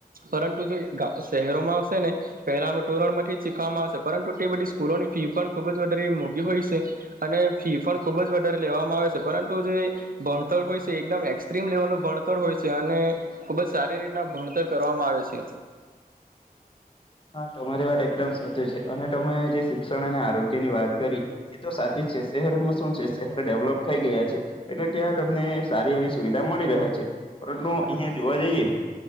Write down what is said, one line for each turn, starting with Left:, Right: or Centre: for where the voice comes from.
Right: પરંતુ જો શહેરોમાં આવશેને પહેલામાં ધોરણમાંથી જ શીખવામાં આવશે પરંતુ બધી સ્કૂલોની ફી પણ ખૂબ જ વધારે મોઘી હોય છે અને ફી પણ ખૂબ જ વધારે લેવામાં આવે છે પરંતુ જે ભણતર હોય છે એકદમ એક્સ્ટ્રીમ લેવલ નું ભણતર હોય છે અને ખુબ જ સારી રીતના ભણતર કરવામાં આવે છે
Left: હા તમારી વાત એકદમ સાચી છે અને તમે જે શિક્ષણ અને આરોગ્યની વાત કરી એ તો સાચી જ છે શહેરોમાં શું છે શહેર ડેવલોપ થઈ ગયા છે એટલે ત્યાં તમને સારી. એવી સુવિધા મળી રહે છે. પરંતુ અહિયાં જોવા જઈએ